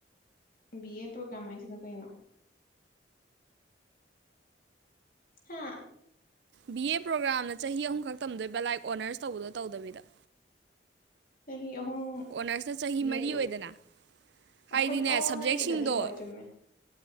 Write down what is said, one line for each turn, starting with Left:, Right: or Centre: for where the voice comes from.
Left: B A programme ꯍꯥꯏꯁꯤꯅ ꯀꯩꯅꯣ ꯍꯥꯥ
Right: ꯕꯤ ꯑꯦ ꯄ꯭ꯔꯣꯒ꯭ꯔꯥꯝꯅ ꯆꯍꯤ ꯑꯍꯨꯝꯈꯛ ꯇꯝꯗꯣꯏ ꯕꯦꯂꯥꯏꯛ ꯑꯣꯅꯔꯁ ꯇꯧꯕꯗꯣ ꯇꯧꯗꯕꯤꯗ
Left: ꯆꯍꯤ ꯑꯍꯨꯝ
Right: ꯑꯣꯅꯔꯁꯅ ꯆꯍꯤ
Left: ꯒ꯭ꯔꯦꯖꯨꯋꯦꯠ
Right: ꯃꯔꯤ ꯑꯣꯏꯗꯅ ꯍꯥꯏꯗꯤꯅꯦ
Left: ꯑꯩꯈꯣꯏ ꯑꯣ
Right: ꯁꯕꯖꯦꯛꯁꯤꯡꯗꯣ
Left: ꯅꯣꯏꯒꯦ ꯗꯗꯤ ꯍ ꯆꯃꯦ